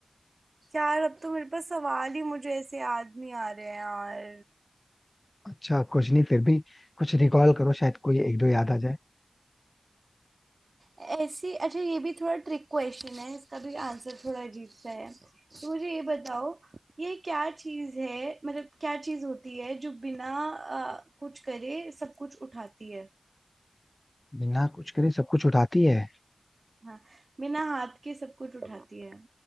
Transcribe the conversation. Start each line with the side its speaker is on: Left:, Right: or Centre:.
Right: यार अब तो मेरे पास सवाल ही मुझे ऐसे याद नहीं आ रहे हैं यार
Left: अच्छा कुछ नहीं फिर भी कुछ रिकॉल करो शायद कोई एक दो याद आ जाए
Right: ऐसी अच्छा ये भी थोड़ा ट्रिक क्वेश्चन है इसका भी आंसर थोड़ा अजीब सा है तो मुझे ये बताओ ये क्या चीज है मतलब क्या चीज होती है जो बिना अ, कुछ करे सब कुछ उठाती है
Left: बिना कुछ करे सब कुछ उठाती है
Right: हाँ बिना हाथ के सब कुछ उठाती है